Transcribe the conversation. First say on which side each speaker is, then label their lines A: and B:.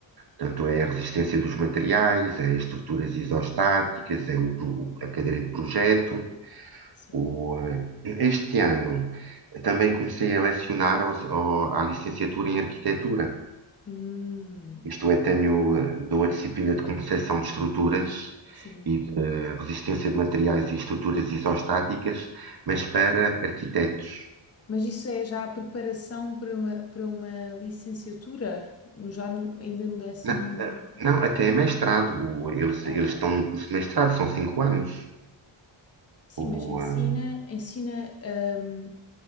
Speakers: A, on the right; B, on the left.
A: portanto é a resistência dos materiais, é estruturas isostáticas, é o a cadeira de projeto,
B: sim.
A: O, eh, este ano eh, também comecei a lecionar aos- ao- à licenciatura em arquitetura.
B: Hum,
A: Isto é, tenho, eh, dou a disciplina de concepção de estruturas
B: sim.
A: e de resistência de materiais e estruturas isostáticas, mas para arquitetos.
B: Mas isso é já a preparação para uma, para uma licenciatura? No- Já no, ainda no décimo.
A: Não, eh, não, até é mestrado. O- Eles,
B: oh,
A: eles estão no curso de mestrado, são cinco anos.
B: Sim,
A: O,
B: mas ensina,
A: eh,
B: ensina, hum,